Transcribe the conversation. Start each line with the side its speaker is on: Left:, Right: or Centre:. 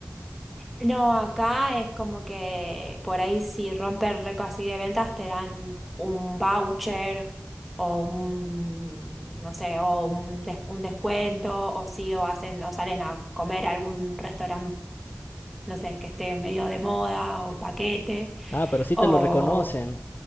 Centre: No, acá es como que por ahí si rompes récord así de ventas te dan un voucher o un, no sé, o un, des- un descuento o sí, o hacen, o salen a comer a algún restaurante, no sé, que esté medio de moda o paquete
Left: Ah, pero sí
Centre: o...
Left: te lo reconocen.